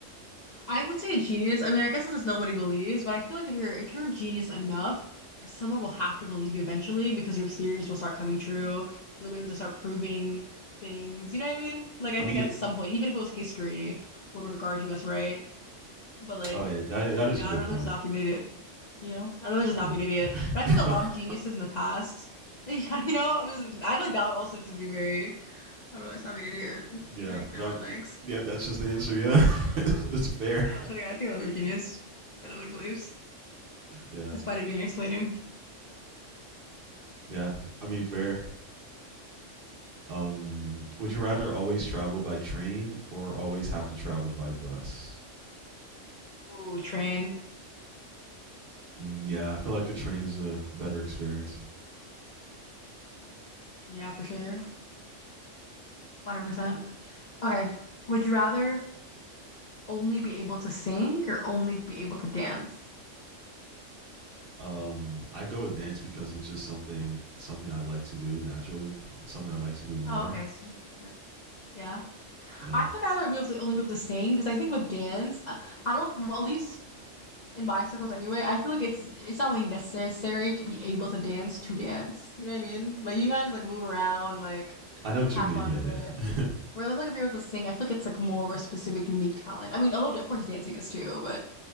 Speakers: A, on the left; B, on the right.
A: I would say a genius. I mean, I guess it's just nobody believes, but I feel like if you're if you're a genius enough, someone will have to believe you eventually because your theories will start coming true. You'll be able to start proving things. You know what I mean? Like I
B: I
A: think
B: mean, yeah,
A: at some point, even if it was history, would regard you as right. But like,
B: oh, yeah, that that is
A: yeah,
B: a good
A: I'd rather
B: point.
A: just not be an idiot. You know, I'd rather just not
B: Yeah,
A: be an idiot. But I feel like a lot of
B: <laughs>
A: geniuses in the past, <laughs> yeah, you know, I was I feel like that would also just be very. I'd rather just not be an idiot.
B: yeah,
A: Like that
B: that,
A: relax.
B: yeah. That's just the answer. Yeah, <laughs> it's fair.
A: Yeah, I was like, I think I'd rather be a genius than I would beliefs,
B: Yeah,
A: despite it being isolating.
B: yeah. I mean, fair. Um, would you rather always travel by train or always have to travel by bus?
A: Ooh, train.
B: Mm, yeah, I feel like a train is a better experience.
A: Yeah, for sure, one hundred percent. Okay, would you rather only be able to sing or only be able to dance?
B: Um, I'd go with dance because it's just something something I like to do naturally. It's something I like to do more.
A: Oh, okay, so you're, yeah.
B: Yeah,
A: I think I'd rather be able to only be able to sing because I think with dance, I, I don't well, at least. in my circles anyway, I feel like it's it's not really necessary to be able to dance to dance. You know what I mean? Like you gotta just like move around, like
B: I know what
A: have
B: you mean.
A: fun
B: Yeah,
A: with it.
B: yeah.
A: Where like, like if you're able to sing, I feel like it's like more of a specific, unique talent. I mean, although of course dancing is too, but